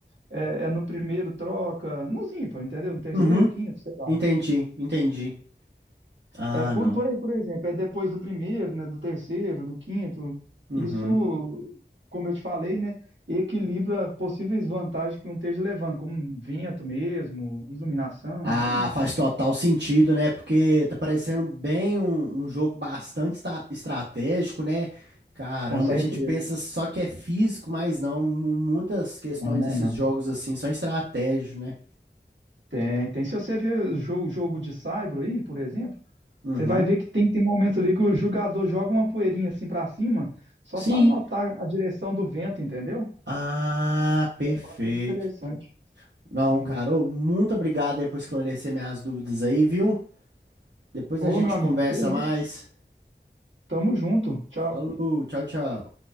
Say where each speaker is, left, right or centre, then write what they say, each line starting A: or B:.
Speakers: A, on the right; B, on the right.
A: é, é no primeiro troca, nos ímpares, entendeu? No terceiro,
B: Uhum.
A: quinto, sei lá.
B: Entendi, entendi. Ah,
A: É, por,
B: não.
A: por aí, por exemplo, é depois do primeiro, né, do terceiro, do quinto.
B: Uhum.
A: Isso, como eu te falei, né, equilibra possíveis vantagens que um esteja levando, como um vento mesmo, iluminação,
B: Ah,
A: é isso.
B: faz total sentido, né? Porque tá parecendo bem um, um jogo bastante esta- estratégico, né? Caramba,
A: Com certeza.
B: a gente pensa só que é físico, mas não. mu- Muitas questões
A: Não, né,
B: desses
A: não.
B: jogos assim são estratégicos, né?
A: Tem, tem. Se você ver jogo, jogo de Saibro aí, por exemplo,
B: Uhum.
A: você vai ver que tem, tem momentos ali que o jogador joga uma poeirinha assim pra cima, só
B: Sim.
A: pra notar a direção do vento, entendeu?
B: Ah, perfeito.
A: É bastante interessante.
B: Não,
A: Isso.
B: cara, ô, muito obrigado aí por esclarecer minhas dúvidas aí, viu? Depois
A: Ô,
B: a gente
A: meu amigo,
B: conversa
A: que
B: mais.
A: isso. Tamo junto. Tchau.
B: Falou, tchau, tchau.